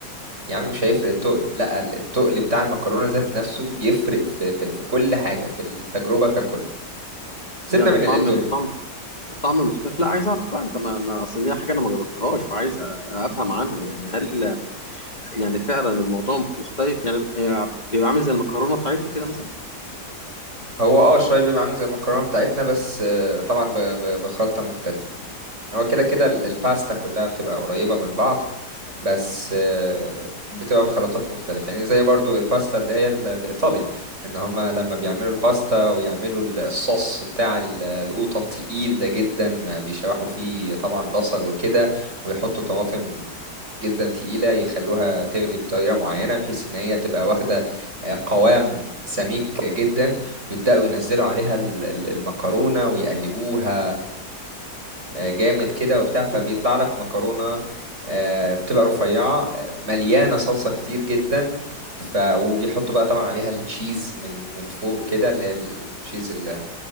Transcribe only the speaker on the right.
يعني مش هيفرق التقل لا التقل بتاع المكرونة ذات نفسه بيفرق في, في, في كل حاجة في التجربة ككل سيبنا
من
الاندومي
هو اه شوية بيبقى عامل زي المكرونة بتاعتنا بس آه، طبعا ب- ب- بخلطة مختلفة هو كده كده ال-
الباستا كلها بتبقى قريبة من بعض بس آه، بتبقى بخلطات مختلفة يعني زي برضو الباستا اللي هي ال- الإيطالي إن هما لما بيعملوا الباستا ويعملوا ال- الصوص بتاع ال- القوطة التقيل ده جدا بيشوحوا فيه طبعا بصل وكده ويحطوا طماطم جدا تقيلة يخلوها تغلي بطريقة معينة بحيث إن هي تبقى واخدة آه، قوام سميك جدا ويبدأوا ينزلوا عليها ال- ال- المكرونة ويقلبوها آه، جامد كده وبتاع فبيطلع لك مكرونة آه، بتبقى رفيعة آه، مليانة صلصة كتير جدا ف وبيحطوا بقى طبعا عليها التشيز من من فوق كده اللي هي التشيز ال-